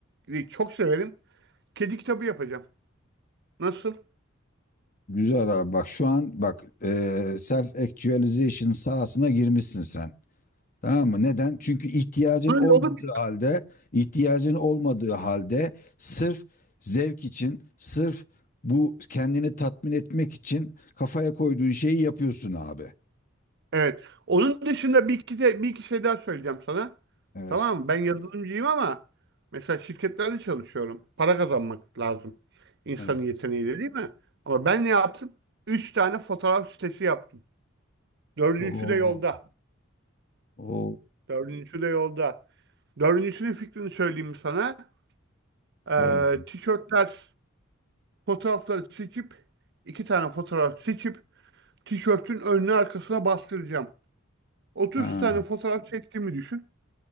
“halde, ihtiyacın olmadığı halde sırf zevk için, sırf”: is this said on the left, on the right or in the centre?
Left